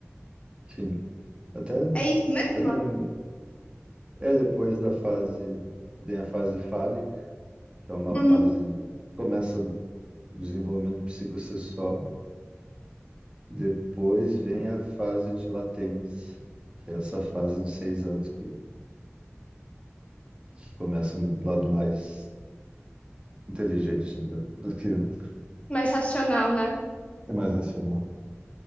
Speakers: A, on the right (about 20°); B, on the left (about 25°).
A: Sim. Até,
B: É isso mesmo?
A: até me lembro. É, depois da fase, vem a fase fálica, que é uma
B: Uhum.
A: fase, começa o desenvolvimento psicossexual, depois vem a fase de latência, que é essa fase de seis anos que, que começa um lado mais inteligente da, da criança,
B: Mais racional, né?
A: é mais racional.